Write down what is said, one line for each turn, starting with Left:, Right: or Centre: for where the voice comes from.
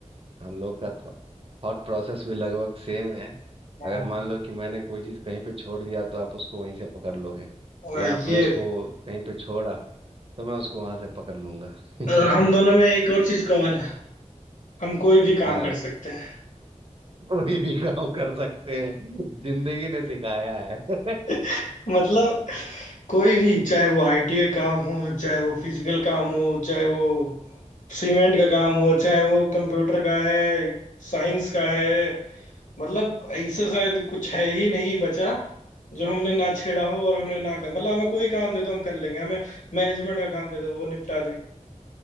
Right: हम लोग का थॉट प्रोसेस भी लगभग सेम है
Left: हम्म।
Right: अगर मान लो कि मैंने कोई चीज़ कहीं पे छोड़ दिया तो आप उसको वहीं से पकड़ लोगे
Left: और
Right: या आपने
Left: ये
Right: उसको कहीं पे छोड़ा तो मैं उसको वहां से पकड़ लूंगा <laughs>
Left: और हम दोनों में एक और चीज कॉमन है हम कोई भी
Right: हाँ
Left: काम कर सकते हैं
Right: कोई भी काम कर सकते हैं जिंदगी ने सिखाया है
Left: <laughs> मतलब कोई भी चाहे वो आईटी का काम हो चाहे वो फिजिकल काम हो चाहे वो सीमेंट का काम हो चाहे वो कंप्यूटर का है साइंस का है मतलब ऐसा शायद कुछ है ही नहीं बचा जो हमने ना छेड़ा हो और
Right: ये
Left: हमने
Right: तो नहीं
Left: ना
Right: कर
Left: कर
Right: सकते
Left: मतलब हमें कोई काम दे दो हम कर लेंगे हमें मैनेजमेंट का काम दे दो वो निपटा देंगे